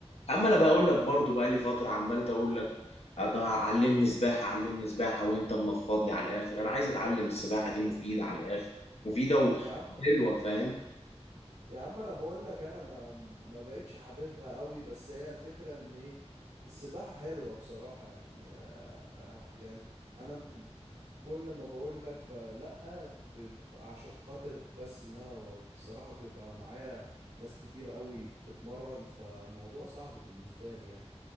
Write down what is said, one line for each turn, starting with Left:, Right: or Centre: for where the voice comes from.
Left: اما انا بقول لك برضو بقى لي فتره عمال اقول لك أضع- علمني سباحه علمني سباحه وانت منفض لي على الاخر انا عايز اتعلم السباحه دي مفيده على الاخر مفيده و-
Right: يا عم
Left: وحلوه فاهم
Right: يا عم انا بقول لك انا ما ما بقتش حاببها قوي بس هي الفكره ان ايه السباحه حلوه بصراحه يعني آه، يعني انا م- كل ما بقول لك ب... لا بيبقى عشان خاطر بس ان انا بصراحه بيبقى معايا ناس كتير قوي بتتمرن فالموضوع صعب بالنسبه لي يعني